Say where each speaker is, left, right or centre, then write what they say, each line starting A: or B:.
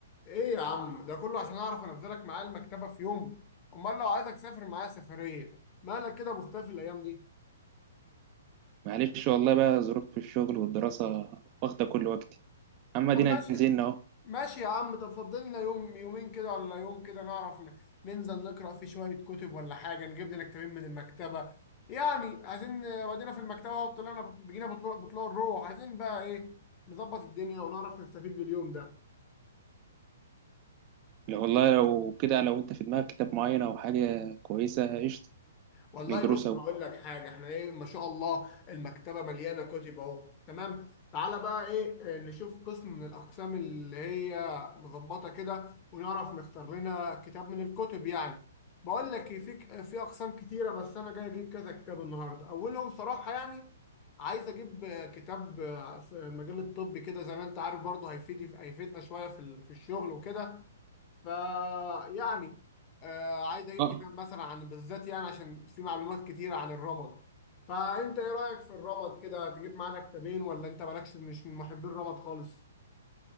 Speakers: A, on the left; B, on the right.
A: ايه يا عم ده كله عشان اعرف انزلك معايا المكتبه في يوم امال لو عايزك تسافر معايا سفريه مالك كده مختفي الايام دي
B: معلش والله بقى ظروف الشغل والدراسة واخدة كل وقتي أما
A: طب
B: دينا
A: ماشي
B: نزلنا أهو
A: ماشي يا عم طب فضل لنا يوم يومين كده ولا يوم كده نعرف ن- ننزل نقرا في شويه كتب ولا حاجه نجيب لنا كتابين من المكتبه يعني عايزين ودينا في المكتبه وطلعنا بجينا بطلوع بطلوع الروح عايزين بقى ايه نظبط الدنيا ونعرف نستفيد باليوم ده
B: لو والله لو كده لو أنت في دماغك كتاب معين أو حاجة كويسة قشطة
A: والله
B: نجرو
A: بص
B: سوا
A: هقول لك حاجه احنا ايه ما شاء الله المكتبه مليانه كتب اهو تمام تعالى بقى ايه آه، نشوف قسم من الاقسام اللي هي مظبطه كده ونعرف نختار لنا كتاب من الكتب يعني بقول لك إيه، في في اقسام كتيره بس انا جاي اجيب كذا كتاب النهارده اولهم صراحه يعني عايز اجيب آه، كتاب آه، في مجال الطب كده زي ما انت عارف برضه هيفيد هيفيدنا شويه في ال- في الشغل وكده فيعني آه عايز اجيب
B: اه
A: كتاب مثلا عن بالذات يعني عشان في معلومات كتيرة عن الرمد فانت ايه رأيك في الرمد كده تجيب معانا كتابين ولا انت مالكش مش من محبي الرمد خالص